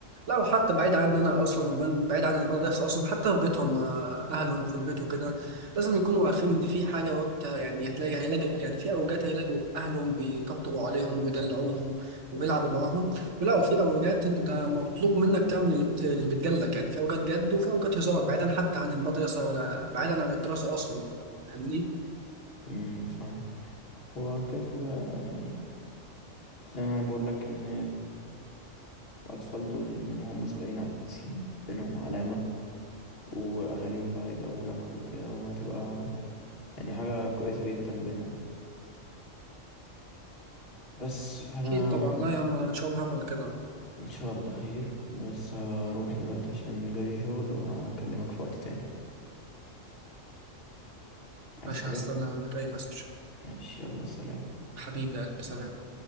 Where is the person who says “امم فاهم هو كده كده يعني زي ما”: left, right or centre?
Left